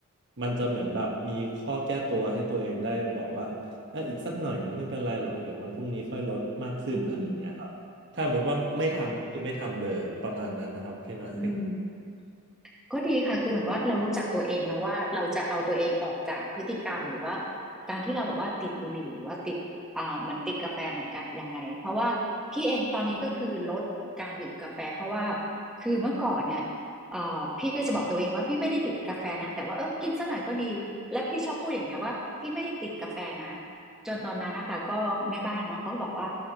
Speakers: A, on the right; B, in the centre.
A: มันจะเหมือนแบบมีข้อแก้ตัวให้ตัวเองได้บอกว่าเอออีกสักหน่อยนะไม่เป็นไรหรอกเดี๋ยววันพรุ่งนี้ค่อยลดมากขึ้นอะไรอย่างเงี้ยครับถ้าสมมติว่าไม่ทำก็คือไม่ทำเลยประมาณนั้นนะครับพี่น้อย
B: อืมค่ะอืม ก็ดีค่ะคือเหมือนว่าเรารู้จักตัวเองนะว่าเราจะเอาตัวเองออกจากพฤติกรรมหรือว่าการที่เราบอกว่าติดบุหรี่หรือว่าติดอ่าเหมือนติดกาแฟเหมือนกันยังไงเพราะว่าพี่เองตอนนี้ก็คือลดการดื่มกาแฟเพราะว่าคือเมื่อก่อนเนี่ยอ่าพี่ก็จะบอกตัวเองว่าพี่ไม่ได้ติดกาแฟนะแต่ว่าเออกินสักหน่อยก็ดีและพี่ชอบพูดอย่างเงี้ยว่าพี่ไม่ได้ติดกาแฟนะจนตอนนั้นนะคะก็แม่บ้านเนาะเขาก็บอกว่า